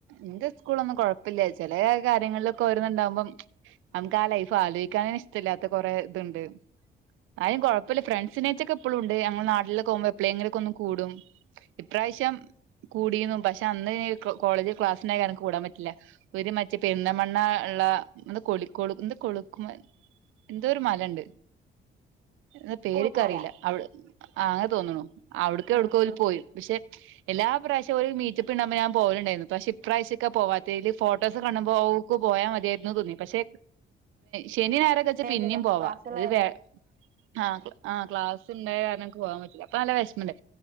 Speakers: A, on the right (about 85°); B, on the right (about 45°).
A: എന്റെ സ്കൂളൊന്നും കൊഴപ്പില്ല ചില കാര്യങ്ങളിലൊക്കെ ഓരോന്നുണ്ടാവുമ്പം നമുക്ക് ആ ലൈഫ് ആലോചിക്കാനന് ഇഷ്ടല്ലാത്ത കൊറെ ഇതുണ്ട് ആരും കുഴപ്പമില്ല ഫ്രണ്ട്സിനേച്ചൊക്കെ എപ്പഴും ഉണ്ട് ഞങ്ങൾ നാട്ടിലൊക്ക പോകുമ്പോ എക്കോപോഴെങ്കിലുമൊക്കെ കൂടും ഇപ്രാവശ്യം കൂടിയും പക്ഷെ പക്ഷെ അന്ന് ഇ കോളേജ് ക്ലാസിന എന്ക്ക് കൂടാൻ പറ്റില്ല ഒരു മറ്റേ പെരുന്തമണ്ണ ഉള്ള എന്ത കൊളി കൊളു എ കൊളുക്കുമ എന്തോ ഒരു മല ഉണ്ട് എന്നാ പേര്ക്കറിയില്ല
B: കുളുക്കുമല
A: അവ് അങ്ങനെ തോന്നണു. അവിട്ക്
B: ആഹ്
A: എവ്ട്കോ ഓല് പോയി പക്ഷെ എല്ലാ പ്രാവശ്യം ഓല് മീ റ്റപ്പുണ്ടാവുമ്പോ ഞാൻ പോലണ്ടായിരുന്നു പക്ഷെഇപ്രാവശ്യ ഒക്കെപോവാത്തീല് പോവാത്തതില് ഫോട്ടോസ് കണ്ടമ്പോക്ക് പോയാ മതിയായിരുന്നു തോന്നി പക്ഷെ ശെനി ഞായർ ഒക്കെ
B: ആഹ്
A: ച്ചാ പിന്നീപോവാ
B: ല്ലല്ലോ ക്ലാസ്സുള്ളതല്ലേ
A: ഇത് വേ ആഹ് ആഹ ക്ലാസ്ണ്ടായ കാരണക്ക് പോവാൻ പറ്റില്ല അപ്പൊ നല്ല വിഷമമുണ്ട്